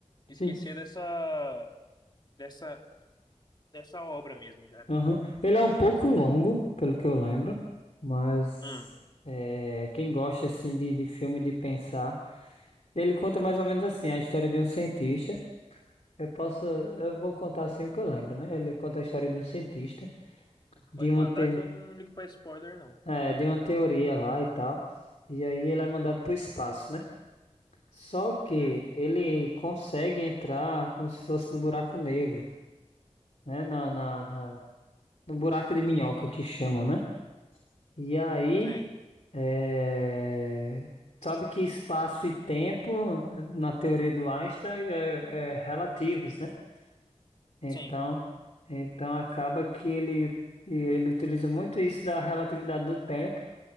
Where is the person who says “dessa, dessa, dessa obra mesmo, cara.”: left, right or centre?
Left